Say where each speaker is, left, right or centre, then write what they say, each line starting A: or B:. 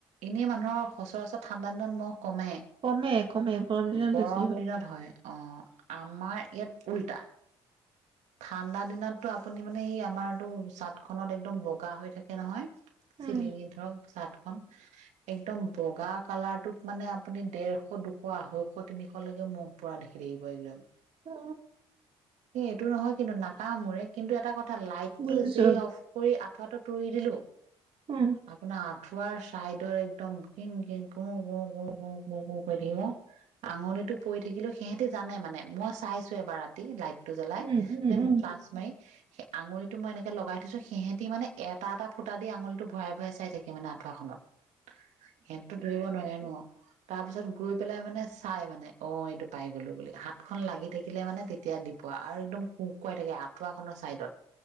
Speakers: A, on the right (about 80°); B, on the right (about 45°).
A: এনে মানুহৰ সচৰাচৰ ঠাণ্ডা দিনত মহ কমে।
B: কমে কমে গৰম দিনত
A: গৰম
B: বেছি
A: দিনত হয়। অ', আমাৰ ইয়াত উল্টা। ঠাণ্ডা দিনতটো আপুনি, মানে, এই আমাৰটো চাট-খাট একদম বগ কা হৈ থাকে নহয়।
B: উম
A: চিলিঙে ধৰক, চাটখন একদম বগা কালাৰটোত, মানে, আপুনি ডেৰশ, দুশ, আঢ়ৈশ, তিনিশলৈকে মহ পৰা দেখি থাকিব একদম।
B: অ
A: এ এইটো নহত কিন্তু নাকামোৰে। কিন্তু এটা কথ থা লাইটটো
B: বুজিছো
A: যে অফ কৰি আঠ টো তৰি দিলো
B: উম
A: আপোনাৰ আঠো ৱাৰ চাইডৰ একদম গিন-গিন, গু-গু-গু-গু-গু কৰি থাকিব। আঙুলিটো পৰি থাকিলেও সেহেঁতি জানে। মানে, মই চাইছোঁ এবাৰ ৰাতি লাইট টো জ্বলাই,
B: উম উম
A: মানে,
B: উম।
A: ফ্লাচ মাৰি সে, আঙুলিটো মই এনেকে লগাই থৈছোঁ। সেহেঁতি, মানে এটা-এটা ফুটা দি আঙুলিটো ভৰাই-ভৰাই চাই থাকে, মানে, আঠুৱাখনত সেহেঁতিটো ধৰিব নোৱাৰে ন। তাৰপিছত গৈ পেলাই, মানে চাই, মানে, অ'। এইটো পাই গ'লো বুলি। হাতখন লাগি থাকিলে, মানে, তেতিয়া দিব আৰু একদম কুকুৱাই থাকে আঠুৱাখনৰ চাইডত।